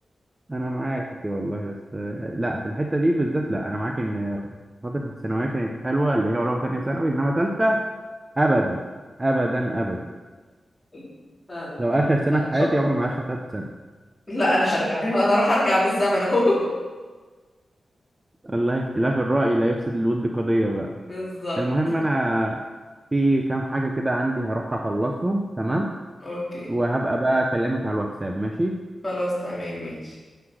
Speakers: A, on the right; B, on the left.
A: أنا معاك والله بس آه، لا في الحتة دي بالذات لا أنا معاك إن فترة الثانوية كانت حلوة اللي هي أولى وتانية ثانوي إنما تالتة أبدا أبدا أبدا
B: <laughs> لا لا،
A: لو
B: انا
A: آخر
B: بحبها
A: سنة في
B: ان شاء
A: حياتي عمري ما عشت تالتة سنة
B: لا انا هرجع انا راح ارجع بالزمن اهو <laughs>
A: الله اختلاف الرأي لا يفسد الود قضية بقى
B: بالظبط
A: المهم أنا في كام حاجة كده عندي هروح أخلصهم تمام
B: اوكي
A: وهبقى بقى أكلمك على الواتساب ماشي
B: خلاص تمام ماشي